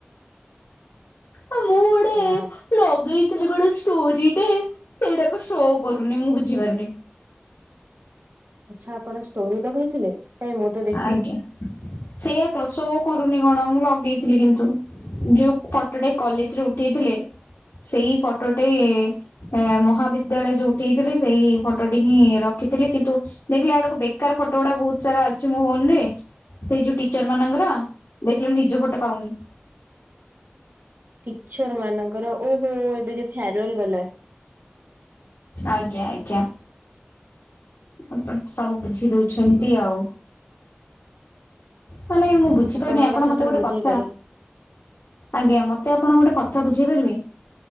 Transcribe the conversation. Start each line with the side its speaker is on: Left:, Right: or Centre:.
Left: ହ ମୁଁ
Right: ହଁ।
Left: ଲଗେଇଥିଲେ ଗୋଟେ ଷ୍ଟୋରି ଟେ ସେଇଟାକ ଶୋ କରୁନି ମୁଁ ବୁଝିପାରୁନି।
Right: ଆଚ୍ଛା ଆପଣ ଷ୍ଟୋରି ଲଗେଇଥିଲେ? କାଇଁ ମୁଁ ତ ଦେଖିନି।
Left: ଆଜ୍ଞା ସେ ତ ଶୋ କରୁନି କଣ ମୁଁ ଲଗେଇଥିଲି କିନ୍ତୁ। ଯୋଉ ଫଟୋଟେ କଲେଜରେ ଉଠେଇଥିଲେ ସେଇ ଫଟୋଟେ ଏ ମହାବିଦ୍ୟାଳୟ ଯୋଉ ଉଠେଇଥିଲେ ସେଇ ଫଟୋଟି ହିଁ ରଖିଥିଲି କିନ୍ତୁ। ଦେଖିଲା ବେଳକୁ ବେକାର ଫଟୋ ଗୁଡା ବୋହୁତ ସାରା ମୋ ଫୋନ ରେ ସେଇ ଯୋଉ ଟିଚର ମାନଙ୍କର ଦେଖିଲେ ନିଜ ଫଟୋ ପାଉନି।
Right: ଟିଚର ମାନଙ୍କର ଓହୋ ଏବେ ଯୋ ଫୋରୱଲ ଗଲା।
Left: ଆଜ୍ଞା ଆଜ୍ଞା। ଆପଣ ସବୁ କିଛି ଦଉଛନ୍ତି ଆଉ ମାନେ ମୁଁ ବୁଝିପାରୁନି
Right: ଆପଣଙ୍କ
Left: ଆପଣ
Right: କଥା
Left: ମତେ
Right: ତ
Left: ଗୋଟେ
Right: ମୁଁ ବୁଝେଇପାରେ।
Left: କଥା ଆଜ୍ଞା ମତେ ଆପଣ ଗୋଟେ କଥା ବୁଝେଇ ପାରିବେ?